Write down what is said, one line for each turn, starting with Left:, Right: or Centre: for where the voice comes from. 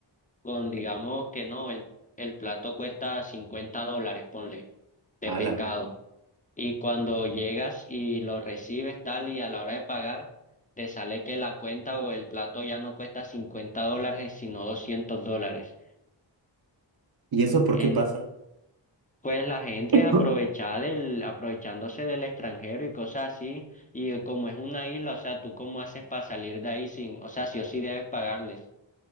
Left: con, digamos que no, el, el plato cuesta 50 dólares, ponle, de
Right: Ala.
Left: pescado. Y cuando llegas y lo recibes tal y a la hora de pagar, te sale que la cuenta o el plato ya no cuesta 50 dólares, sino 200 dólares.
Right: ¿Y eso por
Left: En-
Right: qué pasa?
Left: pues la gente
Right: Ujú.
Left: es aprovechada del, aprovechándose del extranjero y cosas así. Y como es una isla, o sea, ¿tú cómo haces para salir de ahí sin, o sea, sí o sí debes pagarles?